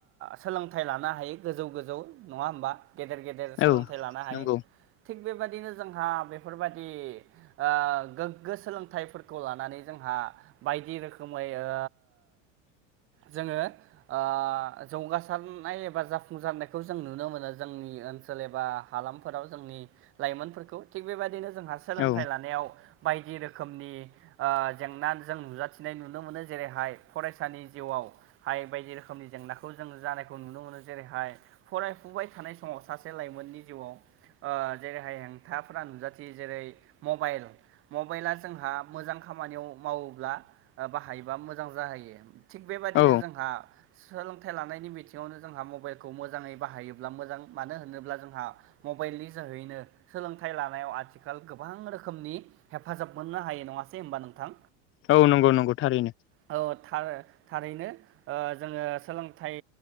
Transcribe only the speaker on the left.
औ
नंगौ
औ
औ
औ नंगौ नंगौ थारैनो